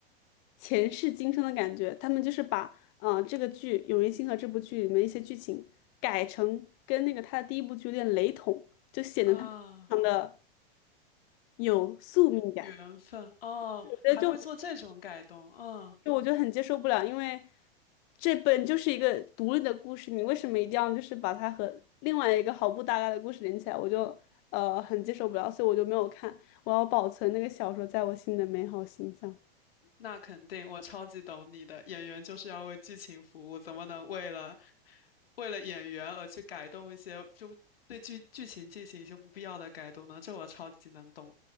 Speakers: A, on the left (about 40°); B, on the left (about 70°).
A: 前世今生的感觉，他们就是把嗯、呃这个剧《永夜星河》这部剧里面一些剧情改成跟那个他的第一部剧有点雷同，就显得他们非常的
B: 啊，
A: 有宿命感。
B: 缘分哦，
A: 我觉得就。
B: 还会做这种改动，嗯。
A: 就我觉得很接受不了，因为这本就是一个独立的故事，你为什么一定要就是把它和另外一个毫不搭嘎的故事连起来？我就呃很接受不了，所以我就没有看。我要保存那个小说在我心里的美好形象。
B: 那肯定，我超级懂你的。演员就是要为剧情服务，怎么能为了为了演员而去改动一些，就对剧剧情进行一些不必要的改动呢？这我超级能懂。